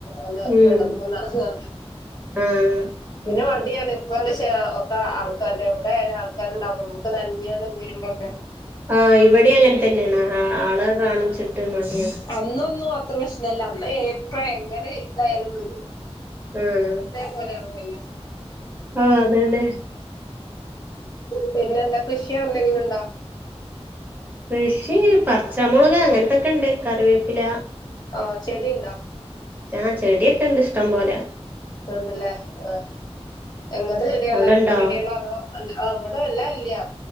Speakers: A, on the left (about 40°); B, on the right (about 15°).
A: അങ്ങനെ
B: ഉം
A: വെള്ളത്ത്ക്കൊന്നും അറങ്ങാതെ
B: ആഹ്
A: പിന്നെ മടിയാണ്. ഇപ്പ എന്താചാ ഒക്കെ ആൾക്കാര് ഔടെയാലും ആൾക്കാര്ണ്ടാവും നമ്ക്ക് നഞ്ഞാണ്ട് വരുമ്പം
B: ആഹ് ഇവിടിം അങ്ങൻ തന്നേണ് ആള് കാണുച്ചിട്ട് മടിയാണ്
A: അന്നൊന്നു അത്ര പ്രശ്നല്ല അന്ന് എപ്പ എങ്ങനെ ഇതായാലും വരും
B: ഉം
A: പോലെആവൂലല്ലോ
B: ആഹ് അതന്നെ
A: ഉം പിന്നെ എന്താ കൃഷിയോ എന്തെങ്കിലും ഉണ്ടോ
B: കൃഷി പച്ചമൊളക് അങ്ങൻത്തൊക്കെണ്ട് കറിവേപ്പില
A: ആഹ് ചെടി ഉണ്ടോ
B: ആഹ് ചെടിയൊക്കെണ്ട് ഇഷ്ടം പോലെ
A: ക്ക്ണ്ട്ലേ ആഹ് എങ്ങൻത്തെ ചെടികളാ
B: അവിടെണ്ടോ
A: പൂച്ചെടികളാ അതോ അൽഅ ഇവിടെ വല്ലാ ഇല്ല്യ